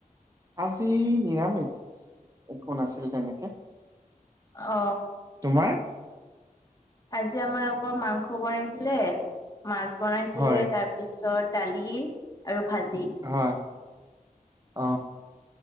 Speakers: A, on the right; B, on the left.
A: আজি নিৰামিষ একো নাছিল তেনেকে।
B: অ।
A: তোমাৰ?
B: আজি আমালোকৰ মাংস বনাইছিলে, মাছ বনাইছিলে
A: হয়
B: তাৰ পিছত দালি আৰু ভাজি।
A: হয়, অ